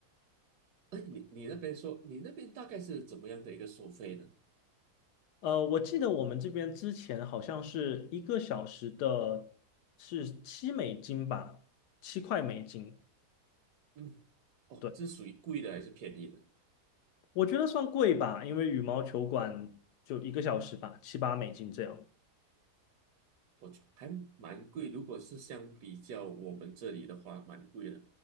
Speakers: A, on the right; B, on the left.
A: 哎，你你那边说，你那边大概是怎么样的一个收费呢？
B: 呃，我记得我们这边之前好像是一个小时的，是七美金吧，七块美金。
A: 嗯哼哦，
B: 对，
A: 这是属于贵的还是便宜的？
B: 我觉得算贵吧，因为羽毛球馆就一个小时吧，七八美金这样。
A: 我觉得还蛮贵，如果是相比较我们这里的话，蛮贵的。